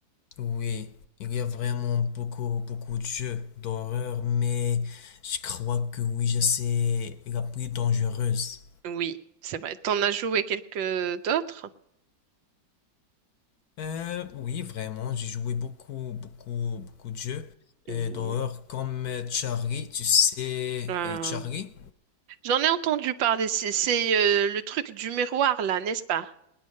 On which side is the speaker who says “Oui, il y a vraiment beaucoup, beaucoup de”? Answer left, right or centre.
Left